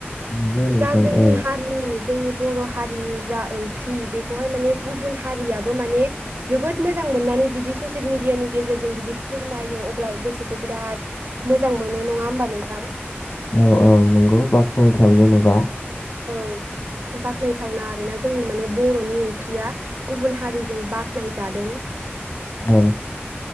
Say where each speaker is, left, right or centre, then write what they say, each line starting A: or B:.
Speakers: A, on the left; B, on the right.
A: मोनो नोंथां
B: जा जोंनि
A: औ
B: हारिनि जोंनि बर' हारिनि जा ओंख्रि बेखौहाय माने गुबुन हारियाबो माने जोबोद मोजां मोननानै बिदि ससियेल मिडियानि गेजेरजों बिदि फोरमायो अब्ला गोसोखौ बिराद मोजां मोनो नङा होमबा नोंथां
A: औ औ नंगौ बाख्नायथाव जेनेबा
B: औ बाख्नायथावना आरोना। बे बर'नि ओंख्रिया गुबुन हारिजों बाखनायजादों।
A: औ